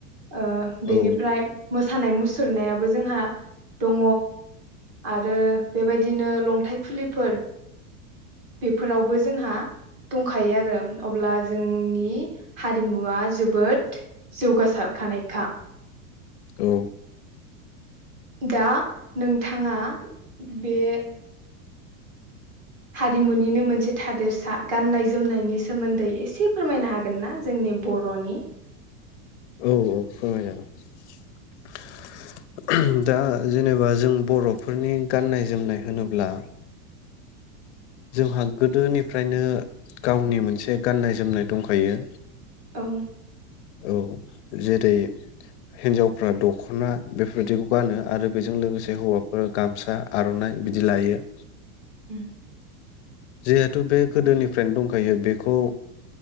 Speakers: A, on the right; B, on the left.
A: ओ बेनिफ्राय
B: औ
A: सानाय मुसुरनायाबो जोंहा दङ आरो बेबायदिनो लन्थाइ खुलिफोर बेफोरावबो जोंहा दंखायो आरो अब्ला जोंनि हारिमुवा जोबोद जौगासारखानायखा।
B: औ
A: दा नोंथांङा बे हारिमुनिनो मोनसे थादेरसा गाननाय जोमनायनि सोमोन्दै एसे फोरमायनो हागोन ना जोंनि बरनि
B: औ औ फोरमायजागोन दा जेनेबा जों बरफोरनि गाननाय जोमनाय होनोब्ला जोंहा गोदोनिफ्रायनो गावनि मोनसे गाननाय जोमनाय दंखायो।
A: औ
B: औ जेरै हिन्जावफ्रा दखना बेफोरबायदिखौ गानो। आरो बेजों लोगोसे हौवाफोरा गामसा आर'नाइ बिदि लायो।
A: उम
B: जिहेथु बे गोदोनिफ्रायनो दंखायो बेखौ